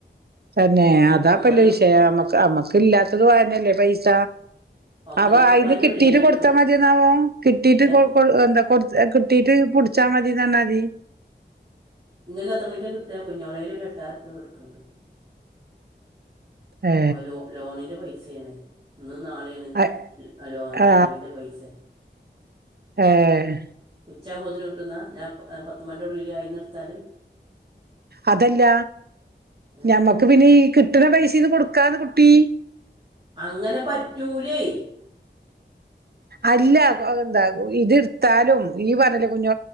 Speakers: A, on the right; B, on the right.
A: തന്നെ അതാപ്പല്ല
B: ഒമ്പതേ
A: വിഷയം മ്മക്ക് അമ്മക്ക് ഇല്ലാത്തത് അതന്നെഅല്ലേ പൈസ
B: ഒമ്പതേ
A: അപ്പൊ
B: മുക്കാലിൻ്റെ
A: അതിന് കിട്ടീട്ട്
B: ഉള്ളിലും
A: കൊടുത്താ
B: കിട്ടണം
A: മതി എന്നാവോ കിട്ടീട്ട്
B: ഏ
A: കൊ എന്താ കിട്ടീട്ട് പുടിച്ചാൽ മതി പറഞ്ഞാൽ മതി
B: നിങ്ങൾക്ക് എത്ര മണിക്ക് കിട്ടുക കുഞ്ഞോളെയിൽ ഒരു എട്ടായിരം റുപ്യ കിടുക്കുന്നുണ്ട്
A: ഏ
B: ഓ ലോ ലോണിന്റെ പൈസയാണ് ഇന്ന് നാളെയാണ്
A: അ-
B: ലോണിന്റെ
A: ആ
B: അടവിന്റെ പൈസ
A: ഏഹ്
B: ഉച്ചാമ്പോതിന് കിട്ടുന്ന ഞാൻ പത്ത് മണിന്റെ ഉള്ളില് അതിൽ നിന്ന് എട്ത്താല്
A: അതല്ല
B: ഏ
A: ഞമ്മക്ക് പിന്നെ ഈ കിട്ടണ പൈസീന്ന് കൊടുക്കാന്ന് കുട്ടി
B: അങ്ങനെ പറ്റൂലേ
A: അല്ല എന്താ ഇത് എടുത്താലും ഈ പറഞ്ഞില്ലേ കുഞ്ഞ